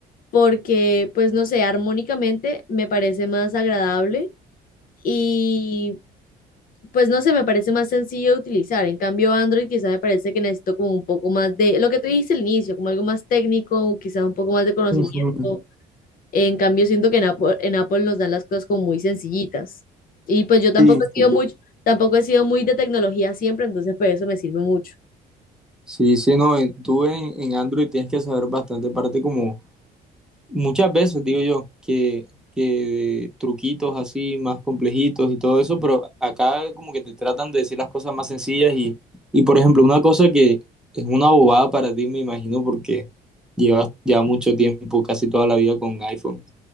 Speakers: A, on the left (about 55°); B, in the centre.
A: porque pues no sé, armónicamente me parece más agradable. Y pues no sé, me parece más sencillo de utilizar. En cambio, Android quizá me parece que necesito como un poco más de, lo que tú dijiste al inicio, como algo más técnico, quizá un poco más de conocimiento.
B: Ujú.
A: En cambio, siento que en Apple, en Apple nos dan las cosas como muy sencillitas. Y pues yo tampoco
B: Sí,
A: he sido
B: sí.
A: muy, tampoco he sido muy de tecnología siempre, entonces pues eso me sirve mucho. <laughs>
B: Sí, sí, no, en- tú en, en Android tienes que saber bastante parte como Muchas veces digo yo que, que truquitos así más complejitos y todo eso, pero acá como que te tratan de decir las cosas más sencillas y, y por ejemplo, una cosa que es una bobada para ti, me imagino, porque llevas ya mucho tiempo, casi toda la vida con iPhone,